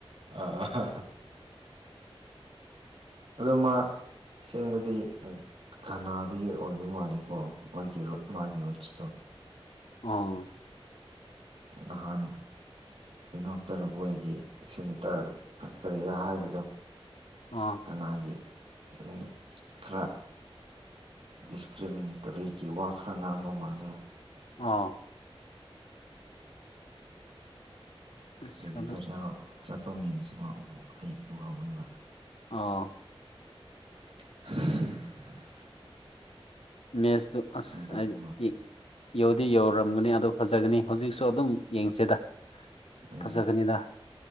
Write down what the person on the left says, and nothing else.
ꯑꯥ ꯎꯝ
ꯑꯥ
ꯑꯥꯎ ꯑꯁ
ꯑꯗꯨ
ꯑꯥ
ꯃꯦꯖꯗꯨ
ꯑꯁꯑꯩꯗꯤ
ꯌꯧꯗꯤ ꯌꯧꯔꯔꯝꯒꯅꯤ ꯑꯗꯨ ꯐꯖꯒꯅꯤ ꯍꯧꯖꯤꯛꯁꯨ ꯑꯗꯨꯝ ꯌꯦꯡꯁꯤꯗ
ꯐꯖꯒꯅꯤꯗ